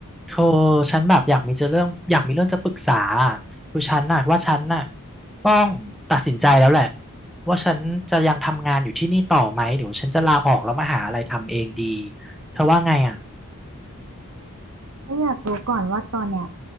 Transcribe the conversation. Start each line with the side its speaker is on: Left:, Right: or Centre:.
Centre: โธอฉันแบบอยากมีจะเรื่องอยากมีเรื่องจะปรึกษาอะคือฉันน่ะว่าฉันน่ะต้องตัดสินใจแล้วแหละว่าฉันจะยังทำงานอยู่ที่นี่ต่อไหมหรือว่าฉันจะลาออกแล้วมาหาอะไรทำเองดีเธอว่าไงอ่ะ
Right: ก็อยากรู้ก่อนว่าตอนเนี้ย